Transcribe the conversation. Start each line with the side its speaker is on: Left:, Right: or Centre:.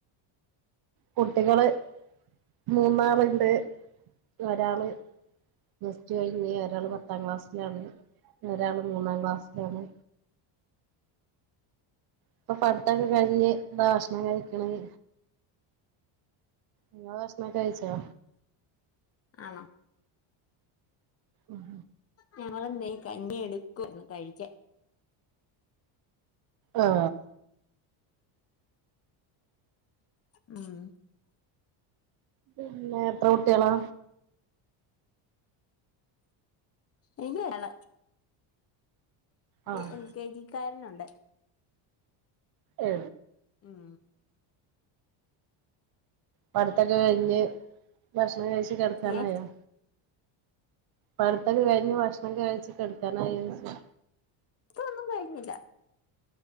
Right: കുട്ടികള് മൂന്നാള് ണ്ട് ഒരാള് പ്ലസ്റ്റു കഴിഞ്ഞ് ഒരാള് പത്താം ക്ലാസിലാണ് ഒരാള് മൂന്നാം ക്ലാസിലാണ് ഇപ്പൊ പഠിത്തൊക്കെ കഴിഞ്ഞ് <unintelligible> ക്ഷണം കഴിക്ക്ണത് ഇങ്ങള് ഭക്ഷ് ണക്കെ കഴിച്ചോ
Left: ആണോ
Right: ഉം
Left: ഞങ്ങളിന്തേയ് കഞ്ഞി എടുക്കുവായിരുന്നു കഴിക്കാൻ
Right: ആ
Left: ഉം
Right: പിന്നെ എത്ര കുട്ടിയേളാ?
Left: ഇൻക്ക് ഒരാള് ഒരു
Right: ആഹ്
Left: എൽ കെ ജിക്കാരനു ണ്ട്
Right: ഏ
Left: ഉം
Right: പഠിത്തക്കെ കഴിഞ് ബ ക്ഷണം കഴിച്ച് കിടക്കാനായോ?
Left: ഏഹ്
Right: പഠിത്തക്കെ കഴിഞ്ഞ് ഭ ക്ഷണം കഴിച്ച് കിടക്കാനായോ ചോയ്ച്ച
Left: ഇപ്പ ഒന്നും കഴിഞ്ഞില്ല.